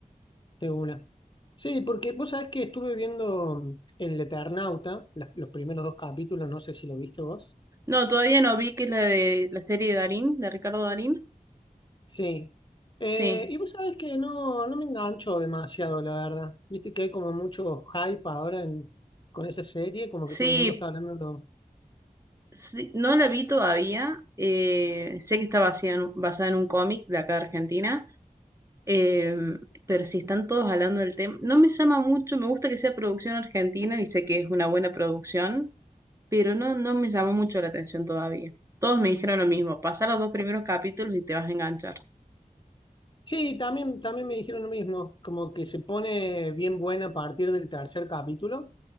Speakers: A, on the left; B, on the right.
A: de una. Sí, porque vos sabés que estuve viendo mm, El Eternauta, las- los primeros dos capítulos, no sé si lo viste vos.
B: No, todavía no vi que es la de la serie de Darín, de Ricardo Darín.
A: Sí. Eh,
B: Sí,
A: y vos sabés que no, no me engancho demasiado, la verdad. Viste que hay como mucho hype ahora en- con esa serie, como
B: sí,
A: que todo el mundo está hablando. lo-
B: sí, no la vi todavía. eh, sé que está basada en, basada en un cómic de acá de Argentina. Em, pero si están todos hablando del tema, no me llama mucho, me gusta que sea producción argentina y sé que es una buena producción, pero no, no me llama mucho la atención todavía. Todos me dijeron lo mismo, pasá los dos primeros capítulos y te vas a enganchar.
A: Sí, también, también me dijeron lo mismo, como que se pone bien buena a partir del tercer capítulo.